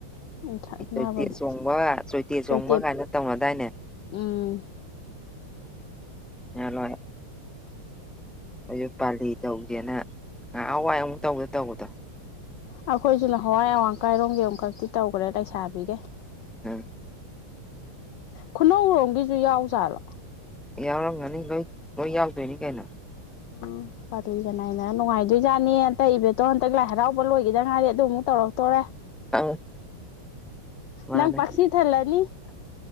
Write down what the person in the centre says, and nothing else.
ꯑꯩ ꯆꯣꯏꯇꯦ ꯆꯣꯡꯕ ꯆꯣꯏꯇꯦ ꯆꯣꯡꯕ
ꯀꯥꯏꯅ ꯇꯧꯅꯗꯥꯏꯅꯦ
ꯌꯥ ꯂ ꯑꯩꯁꯨ ꯄꯥꯜꯂꯤ ꯇꯧꯁꯦꯅ ꯉꯍꯥꯛ ꯍꯋꯥꯏ ꯑꯃꯨꯛ ꯇꯧꯗ ꯇꯧꯕꯗꯣ
ꯍꯝ
ꯌꯥꯎꯔꯝꯒꯅꯤ ꯂꯣꯏ ꯂꯣꯏ ꯌꯥꯎꯛꯇꯣꯏꯅꯤ ꯀꯩꯅꯣ
ꯑ ꯃꯥꯅꯦ